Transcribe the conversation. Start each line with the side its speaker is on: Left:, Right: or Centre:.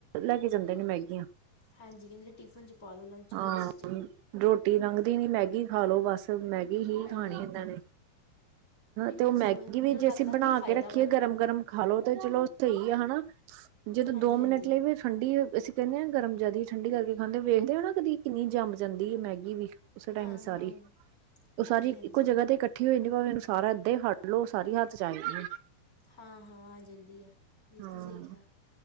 Right: ਲੈ ਕੇ ਜਾਂਦੇ ਨੇ ਮੈਗੀਆਂ।
Left: ਹਾਂਜੀ ਕਹਿੰਦੇ ਨੇ ਟਿਫਿਨ 'ਚ ਪਾ ਦਿਉ। ਲੰਚ
Right: ਹਾਂ
Left: ਬੋਕਸ 'ਚ
Right: ਰੋਟੀ ਲੰਘਦੀ ਨੀ ਮੈਗੀ ਖਾ ਲੋ ਬਸ ਮੈਗੀ ਹੀ
Left: ਹਾਂਜੀ
Right: ਖਾਣੀ
Left: ਹਾਂਜੀ
Right: ਇਹਨਾਂ ਨੇ।
Left: ਇਹਨਾਂ
Right: ਤੇ ਉਹ
Left: ਨੂੰ
Right: ਮੈਗੀ
Left: ਸਮਝ ਇਹਨਾਂ
Right: ਵੀ
Left: ਨੂੰ
Right: ਜੇ
Left: ਲੱਗਦਾ
Right: ਅਸੀਂ ਬਣਾ
Left: ਕਿ ਫਾਇਦਾ
Right: ਕੇ ਰੱਖੀਏ।
Left: ਵਾ
Right: ਗਰਮ ਗਰਮ ਖਾ ਲੋ ਤੇ ਚਲੋ ਸਹੀ ਆ ਹਨਾ ਜਦੋਂ
Left: ਹਾਂਜੀ
Right: ਦੋ ਮਿੰਟ
Left: ਹਾਂਜੀ
Right: ਲਈ ਵੀ। ਠੰਡੀ ਅਸੀਂ ਕਹਿੰਦੇ ਹਾਂ ਗਰਮ ਜ਼ਿਆਦਾ ਠੰਡੀ ਕਰਕੇ ਖਾਂਦੇ ਵੇਖਦੇ ਹੋ ਨਾ ਕਦੀ ਕਿੰਨੀ ਜੰਮ ਜਾਂਦੀ ਹੈ ਮੈਗੀ ਵੀ। ਉਸੇ ਟਾਈਮ
Left: ਹਾਂ ਹਾਂ
Right: ਸਾਰੀ ਉਹ ਸਾਰੀ
Left: ਹਾਂਜੀ ਹਾਂਜੀ
Right: ਇੱਕੋ ਜਗ੍ਹਾ ਤੇ ਇਕੱਠੀ ਹੋ ਜਾਂਦੀ। ਭਾਵੇਂ ਉਹਨ ਸਾਰਾ ਏਦਾਂ ਹੀ ਕੱਢ ਲਓ ਸਾਰੀ ਹੱਥ ਚ ਆ ਜਾਂਦੀ ਹੈ।
Left: ਹਾਂ ਹਾਂ ਆ ਜਾਂਦੀ ਆ
Right: ਹਾਂ
Left: ਬਿਲਕੁਲ ਸਹੀ ਕਿਹਾ।